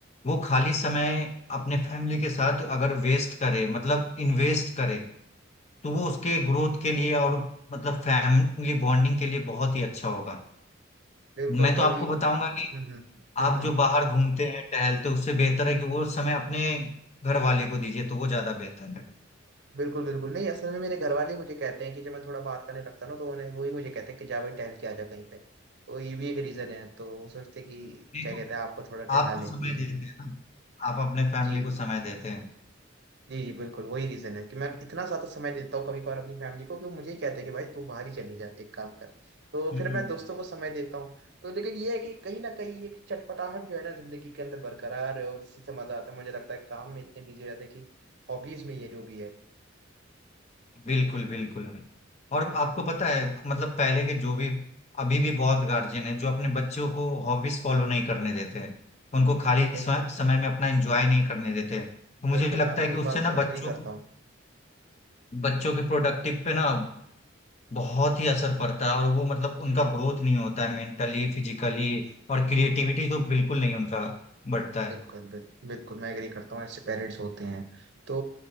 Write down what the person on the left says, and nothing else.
वो खाली समय अपने फैमिली के साथ अगर वेस्ट करे मतलब इन्वेस्ट करे तो वो उसके ग्रोथ के लिए और मतलब फैमिली बॉन्डिंग के लिए बहुत ही अच्छा होगा
मैं तो
आपको बताऊंगा
आप
जो बाहर घूमते हैं टहलते हैं, उससे बेहतर है कि वो समय अपने घर वाले को दीजिए तो वो ज्यादा बेहतर है
नहीं
तो
आप तो
समय
देते हैं ना आप अपने फैमिली
को समय देते हैं
हम्म
बिल्कुल बिल्कुल और आपको पता है मतलब पहले के जो भी अभी भी बहुत गार्जियन है जो अपने बच्चों को हॉबीज फॉलो नहीं करने देते हैं उनको खाली
स्व- समय में अपना एंजॉय नहीं करने देते हैं तो
मुझे लगता
है कि
उससे
ना
बच्चों
को
बच्चों के प्रोडक्टिव पे ना बहुत ही असर पड़ता है और वो मतलब
उनका ग्रोथ नहीं होता है मेंटली फिजिकली और क्रिएटिविटी तो बिल्कुल नहीं उनका बढ़ता है